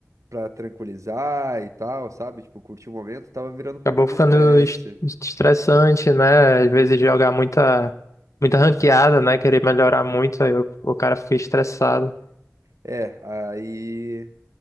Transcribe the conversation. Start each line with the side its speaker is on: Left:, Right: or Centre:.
Right: pra tranquilizar e tal, sabe? Tipo, curtir o momento, tava virando um pouco
Left: Acabou
Right: de
Left: ficando
Right: estresse.
Left: es- estressante, né? Às vezes jogar muita, muita ranqueada, né? Querer melhorar muito, aí o, o cara fica estressado.
Right: É, aí.